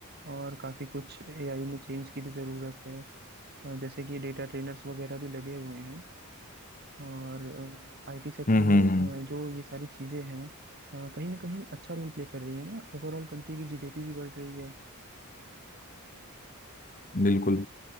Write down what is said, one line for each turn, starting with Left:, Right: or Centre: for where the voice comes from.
Right: और काफी कुछ एआई में चेंज की भी जरूरत है अ, जैसे कि डेटा ट्रेनर्स वगैरह भी लगे हुए हैं और आईटी सेक्टर
Left: हम्म
Right: में
Left: हम्म, हम्म।
Right: अ, जो ये सारी चीजें हैं अ, कहीं ना कहीं अच्छा रोल प्ले कर रही है ना ओवरऑल कंट्री की जीडीपी भी बढ़ रही है
Left: बिल्कुल